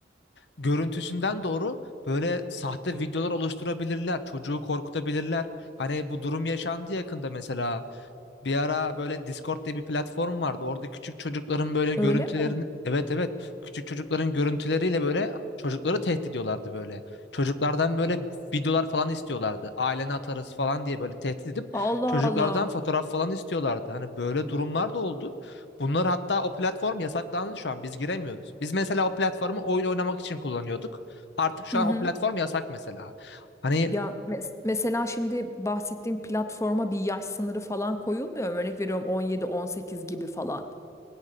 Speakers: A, on the left (about 80°); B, on the left (about 15°).
A: görüntüsünden doğru böyle sahte videolar oluşturabilirler. Çocuğu korkutabilirler. Hani bu durum yaşandı yakında mesela. Bir ara böyle Discord diye bir platform vardı. Orada küçük çocukların böyle görüntülerini
B: Öyle mi?
A: evet evet küçük çocukların görüntüleriyle böyle çocukları tehdit ediyorlardı böyle. Çocuklardan böyle videolar falan istiyorlardı. Ailene atarız falan diye böyle tehdit edip
B: Allah
A: çocuklardan
B: Allah.
A: fotoğraf falan istiyorlardı. Hani böyle durumlar da oldu. Bunlar hatta o platform yasaklandı şu an. Biz giremiyoruz. Biz mesela o platformu oyun oynamak için kullanıyorduk. Artık şu
B: Hı
A: an
B: hı.
A: o platform yasak mesela. Hani
B: Ya mes- mesela şimdi bahsettiğim platforma bir yaş sınırı falan koyulmuyor mu? Örnek veriyorum 17-18 gibi falan.